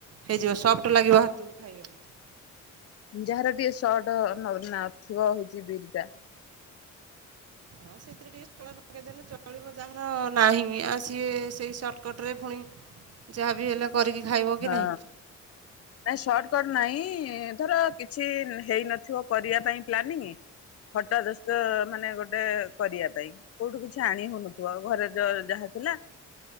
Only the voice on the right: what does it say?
ହେଇଯିବ ସଫ୍ଟ ଲାଗିବ ହାତୁକୁ ଖାଇବାକୁ।
ହଁ ସେଥିରେ ଟିକେ ସୋଢା ପକେଇଦେଲେ ଚଳିବ ଯାହାର ନାହିଁ ଆଉ ସିଏ ସେଇ ସର୍ଟକଟରେ ପୁଣି ଯାହାବି ହେଲେ କରିକି ଖାଇବ କି
ନାହିଁ